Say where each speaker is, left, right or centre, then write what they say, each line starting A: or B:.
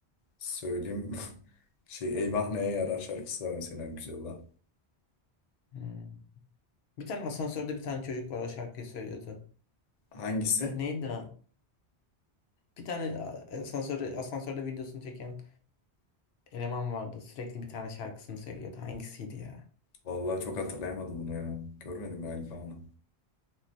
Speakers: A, on the left (about 50°); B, on the left (about 75°).
A: Söyleyeyim <laughs> şey Eyvah Neye Yarar şarkısı var mesela güzel olan.
B: Hmm. Bir tane asansörde bir tane çocuk var o şarkıyı söylüyordu.
A: Hangisi?
B: Ee, neydi o? Bir tane asansörde, asansörde videosunu çeken eleman vardı. Sürekli bir tane şarkısını söylüyordu. Hangisiydi ya?
A: Vallahi çok hatırlayamadım bunu ya. Görmedim galiba onu.